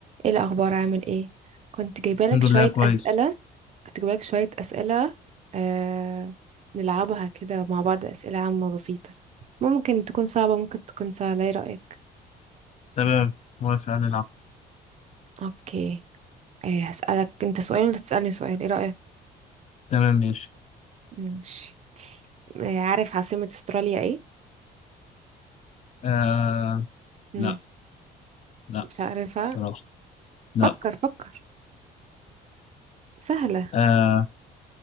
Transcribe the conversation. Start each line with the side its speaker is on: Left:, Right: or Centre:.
Right: ايه الاخبار عامل ايه كنت جايبالك
Left: الحمد
Right: شويه
Left: لله كويس
Right: اسئله كنت جايبالك شويه اسئله آه... نلعبها كده مع بعض اسئله عامه بسيطه ممكن تكون صعبه ممكن تكون سهله ايه رايك
Left: تمام موافق هنلعب
Right: اوكي آه هسالك انت سؤال وانت تسالني سؤال ايه رايك
Left: تمام ماشي
Right: ماشي آه عارف عاصمه استراليا ايه
Left: آه
Right: مم.
Left: لا لا
Right: مش عارفها
Left: الصراحة لا
Right: فكر فكر سهله
Left: آه